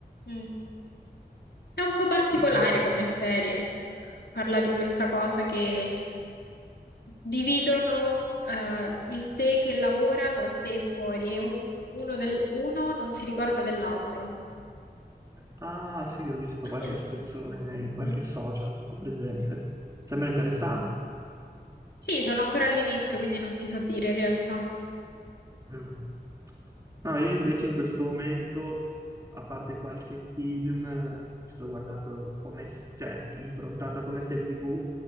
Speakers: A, on the left (about 75°); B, on the right (about 20°).
A: Mm. È un po' particolare
B: di cosa parla?
A: come serie. Parla di questa cosa che dividono eh, il te che lavora dal te fuori e un- uno, del- uno non si ricorda dell'altro.
B: Ah, sì, ho visto
A: <coughs>
B: qualche spezzone in qualche
A: Mm.
B: social, ho presente. Sembra interessante.
A: Sì, sono ancora all'inizio, quindi non ti so dire in realtà.
B: Mm. No, io invece in questo momento, a parte qualche film, eh, sto guardando come, cioè, improntata come serie TV